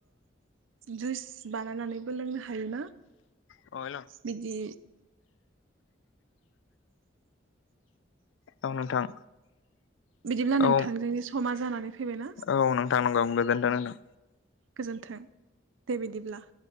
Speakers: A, on the right; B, on the left.
A: जुइस बानायनानैबो लोंनो हायोना
B: अ
A: बिदि
B: औ नोंथां।
A: बिदिब्ला नोंथां
B: औ
A: जोंनि समा जानानै फैबायना।
B: औ नोंथां नोंगौ गोजोन्थों नोंथां।
A: गोजोन्थों दे बिदिब्ला